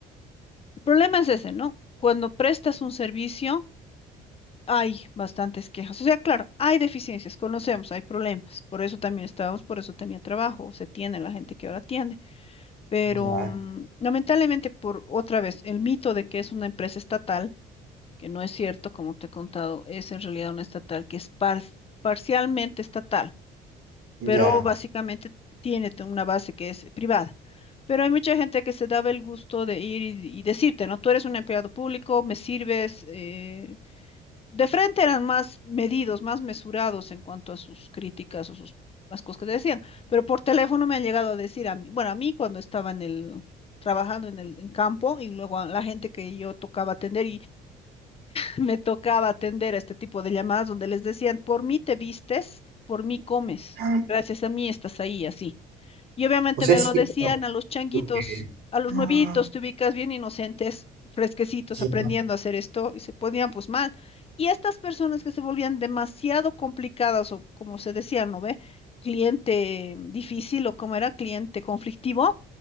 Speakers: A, on the left (about 35°); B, on the right (about 70°).
A: El problema es ese, ¿no? Cuando prestas un servicio, hay bastantes quejas. O sea, claro, hay deficiencias, conocemos, hay problemas. Por eso también estábamos, por eso tenía trabajo, se tiene la gente que ahora tiene. Pero
B: Ya,
A: mm, lamentablemente, por otra vez, el mito de que es una empresa estatal, que no es cierto, como te he contado, es en realidad una estatal que es par- parcialmente estatal
B: ya.
A: pero básicamente tiene t- una base que es privada. Pero hay mucha gente que se daba el gusto de ir y, y decirte, ¿no? Tú eres un empleado público, me sirves. eh, De frente eran más medidos, más mesurados en cuanto a sus críticas o sus, las cosas que te decían. Pero por teléfono me han llegado a decir a mí, bueno, a mí cuando estaba en el, trabajando en el en campo y luego a la gente que yo tocaba atender me tocaba atender a este tipo de llamadas donde les decían, por mí te vistes, por mí comes,
B: Ah.
A: gracias a mí estás ahí, así. Y obviamente
B: O sea,
A: me
B: es
A: lo
B: cierto,
A: decían a los changuitos,
B: porque-
A: a los
B: Ah,
A: nuevitos, te ubicas bien inocentes, fresquecitos,
B: Ya,
A: aprendiendo a hacer esto, y se ponían pues mal. Y estas personas que se volvían demasiado complicadas, o como se decía, ¿no ve? Cliente difícil, o como era, cliente conflictivo,